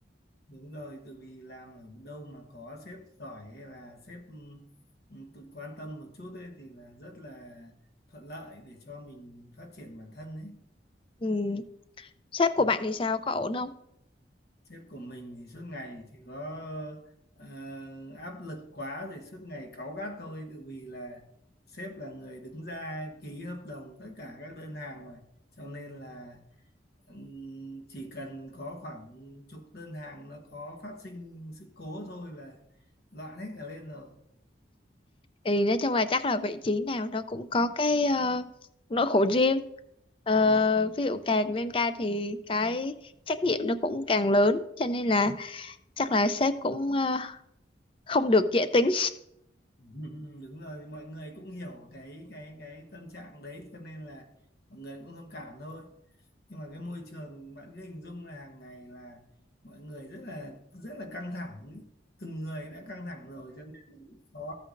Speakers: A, on the left (about 55°); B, on the left (about 30°).
A: đúng rồi, tại vì làm ở đâu mà có sếp giỏi hay là sếp ừ, tự quan tâm một chút ấy thì là rất là thuận lợi để cho mình phát triển bản thân ấy.
B: ừ. Sếp của bạn thì sao có ổn không
A: sếp của mình thì suốt ngày chỉ có ờ, áp lực quá rồi suốt ngày cáu gắt thôi tự vì là sếp là người đứng ra ký hợp đồng tất cả các đơn hàng mà cho nên là ừm, chỉ cần có khoảng chục đơn hàng nó có phát sinh sự cố thôi là loạn hết cả lên rồi
B: thì nói chung là chắc là vị trí nào nó cũng có cái ờ, nỗi khổ riêng Ờ,
A: ừ.
B: ví dụ càng lên cao thì cái trách nhiệm nó cũng càng lớn cho nên là chắc là sếp cũng ờ, không được dễ tính
A: <laughs> đúng rồi mọi người cũng hiểu cái cái cái tâm trạng đấy cho nên là mọi người cũng thông cảm thôi nhưng mà cái môi trường bạn cứ hình dung là hàng ngày là mọi người rất là rất là căng thẳng ý. từng người đã căng thẳng rồi cho nên là rất khó